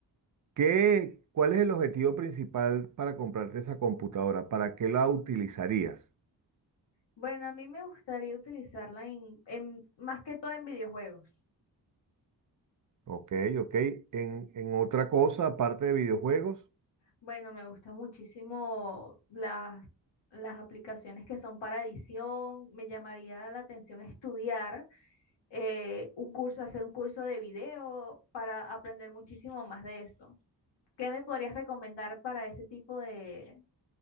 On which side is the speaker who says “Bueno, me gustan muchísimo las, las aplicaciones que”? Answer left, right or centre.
Left